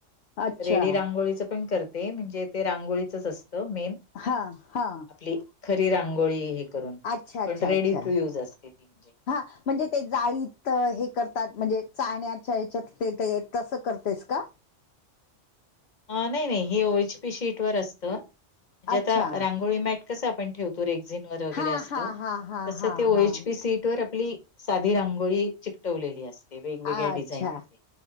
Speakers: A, on the left; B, on the left.
A: अच्छा
B: रेडी रांगोळीच पण करते ते म्हणजे ते रांगोळीचच असत मेन
A: हा हा
B: आपली खरी रांगोळी हे
A: अच्छा अच्छा
B: प रेडी
A: अच्छा
B: ट य
A: हा म्हणजे ते जाळीत हे करतात म्हणजे चाण्याच्या या्याच्यात ते तसं करतेस का
B: नाही नाही हे ओळच पी शीट वर असतं म्हणजे
A: अच्छा
B: आता रांगोळी मॅट कसं आपण ठेवतो रेक्झन वर वगैरे
A: हा
B: असत
A: हा हा हा
B: तस
A: हा
B: ते ओएच
A: हा
B: पी सीट वर आपली साधी रांगोळी चिकटवलेली असते वेगवेगळ्या
A: अच्छा
B: डिझाईन मध्ये.